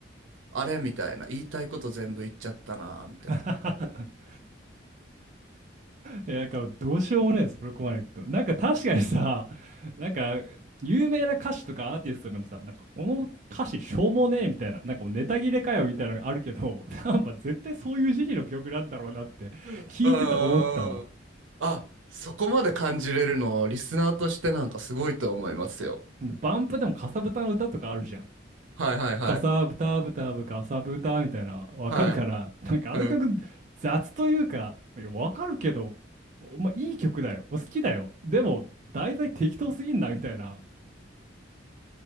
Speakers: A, on the right; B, on the right.
A: あれみたいな、言いたいこと全部言っちゃったな、みたいな。
B: <laughs> いや、なんかどうしようもないです、プロコマネクト。なんか確かにさ、なんか有名な歌手とかアーティストでもさ、なんかこの歌詞しょうもねえみたいな、なんかもうネタ切れかよみたいなのがあるけど、なんか絶対そういう時期の曲なんだろうなって聞いてて思ったわ。
A: うーん。あ、そこまで感じれるの、リスナーとしてなんかすごいと思いますよ。
B: バンプでもかさぶたの歌とかあるじゃん。
A: はいはいはい。
B: かさぶたぶたぶかさぶたみたいな、わかるから、
A: は
B: なんかあの曲
A: い。うん。
B: 雑というか、いや、わかるけど、おまあ、いい曲だよ。お好きだよ。でも、題材適当すぎんな、みたいな。